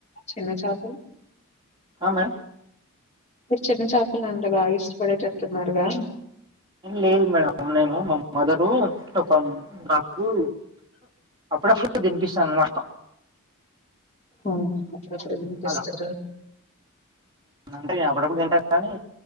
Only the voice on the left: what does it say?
చిన్న చేపలు
చిన్నచపలు అంటే బాగా ఇష్టపడేటట్టున్నారుగా
అవునా అప్పుడప్పుడు వినిపిస్తారు